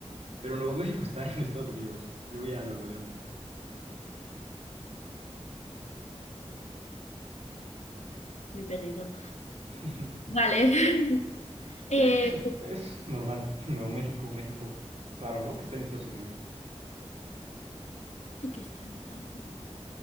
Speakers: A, on the right; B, on the left.
A: Pero Nuevo México está <laughs> en Estados Unidos, yo voy a Nuevo León.
B: Me he perdido.
A: <laughs>
B: Vale. <laughs>
A: Sí,
B: Eh,
A: eso es normal. Nuevo México, México, raro, ¿no? Que está en Estados Unidos.
B: pero- que está en Estados Unidos.